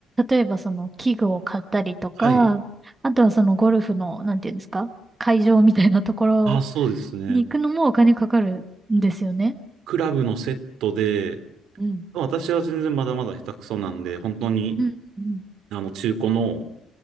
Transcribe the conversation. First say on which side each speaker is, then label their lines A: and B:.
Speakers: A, on the right (about 15°); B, on the right (about 80°).
A: 例えばその器具を買ったりとか、
B: はい。
A: あとはそのゴルフの、なんて言うんですか会場みたいなところ
B: ああ、そうですね。
A: に行くのもお金かかるんですよね。
B: クラブのセットで、
A: うん。
B: 私は全然まだまだ下手くそなんで、本当に、
A: うん、うん、
B: あの、中古の